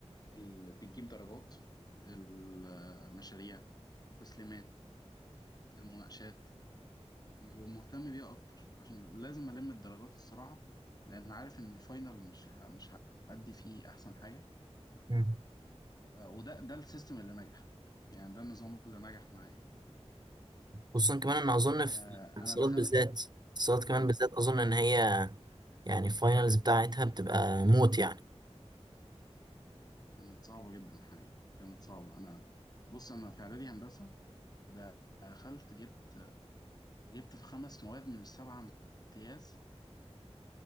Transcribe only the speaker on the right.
مم.
خصوصا كمان ان اظن
في الاتصالات
بالذات الاتصالات كمان
بالذات اظن ان هي يعني الفاينلز بتاعتها بتبقى موت يعني